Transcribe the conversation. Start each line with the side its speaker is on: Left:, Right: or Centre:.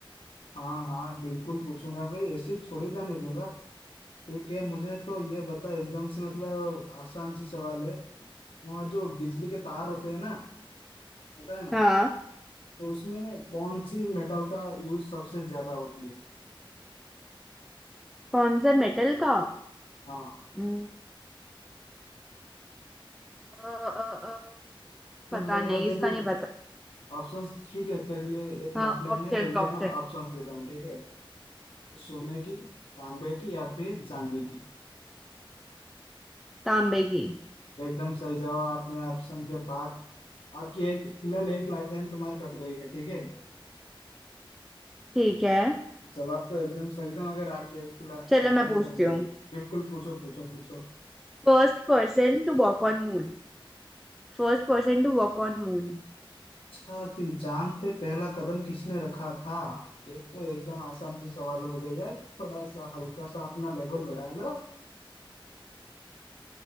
Left: हाँ हाँ बिल्कुल पूछूंगा भाई ऐसे थोड़ी जाने दूंगा ठीक है मुझे तो ये बता एकदम से मतलब आसान सी सवाल है वहाँ जो बिजली के तार होते हैं ना पता है ना
Centre: हाँ
Left: तो उसमें कौन सी मेटल का यूज सबसे ज्यादा होती है
Centre: कौन सा मेटल का
Left: हाँ
Centre: हम्म, अ, अ, अ, पता
Left: ऑप्शंस वगैरह
Centre: नहीं
Left: दे
Centre: इसका
Left: दूँ
Centre: नहीं पता
Left: ऑप्शंस ठीक है तेरे लिए एक
Centre: हाँ
Left: लाइफलाइन
Centre: ऑप्शन
Left: है तेरे लिए
Centre: ऑप्शन
Left: मैं ऑप्शंस देता हूँ ठीक है सोने की तांबे की या फिर चांदी की
Centre: तांबे की
Left: एकदम सही जवाब आपने ऑप्शन के बाद आपकी एक फिलहाल एक लाइफलाइन तुम्हारी कट गई है ठीक है
Centre: ठीक है
Left: जवाब तो एकदम सही था मगर आपकी एक लाइफ
Centre: चलो मैं
Left: लाइन
Centre: पूछती
Left: कट
Centre: हूँ
Left: गई है बिल्कुल पूछो पूछो पूछो
Centre: First person to walk on moon First person to walk on moon
Left: अच्छा फिर जान पे पहला कदम किसने रखा था ये तो एकदम आसान सी सवाल हो गई है थोड़ा सा हल्का सा अपना लेवल बढ़ा लो